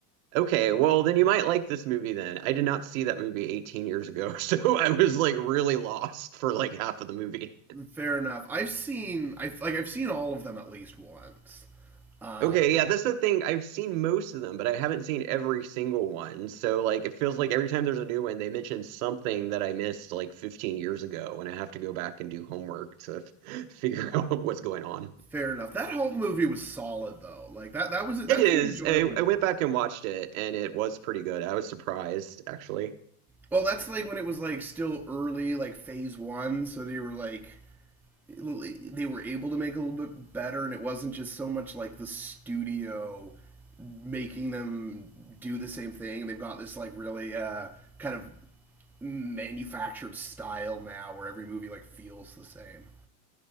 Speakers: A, on the right; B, in the centre.
A: Okay, well then you might like this movie then. I did not see that movie 18 years ago, <laughs> so I was like really lost for like half of the movie.
B: Fair enough. I've seen I like I've seen all of them at least once. Um,
A: Okay, yeah, that's the thing. I've seen most of them, but I haven't seen every single one. So like it feels like every time there's a new one, they mention something that I missed like 15 years ago, and I have to go back and do homework to f- <laughs> figure out what's going on.
B: fair enough. That whole movie was solid though. Like that that was that's
A: It is.
B: an enjoyable
A: I, I
B: movie.
A: went back and watched it, and it was pretty good. I was surprised, actually.
B: Well, that's like when it was like still early, like phase one, so they were like they were able to make a little bit better, and it wasn't just so much like the studio making them do the same thing. They've got this like really uh, kind of manufactured style now, where every movie like feels the same.